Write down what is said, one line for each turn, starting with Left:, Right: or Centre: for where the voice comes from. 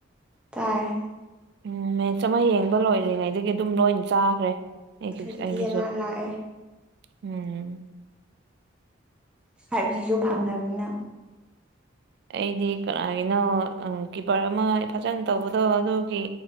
Centre: ꯆꯥꯏ
Right: ꯎꯝ ꯃꯦꯠꯁ ꯑꯃ ꯌꯦꯡꯕ ꯂꯣꯏꯔꯤꯉꯩꯗꯒꯤ ꯑꯗꯨꯝ ꯂꯣꯏꯅ ꯆꯥꯈ꯭ꯔꯦ ꯑꯩꯒꯤꯞ
Centre: ꯐꯤꯐꯇꯤ
Right: ꯑꯩꯒꯤꯁꯨ
Centre: ꯑꯂꯥꯠ ꯂꯥꯛꯑꯦ
Right: ꯎꯝ
Centre: ꯐꯥꯏꯚ ꯖꯤꯁꯨ ꯐꯪꯅꯕꯅꯤꯅ
Right: ꯑꯩꯗꯤ ꯀꯅꯥꯒꯤꯅꯣ ꯑꯥ ꯀꯤꯄꯔ ꯑꯃ ꯐꯖꯅ ꯇꯧꯕꯗꯣ ꯑꯗꯨꯒꯤ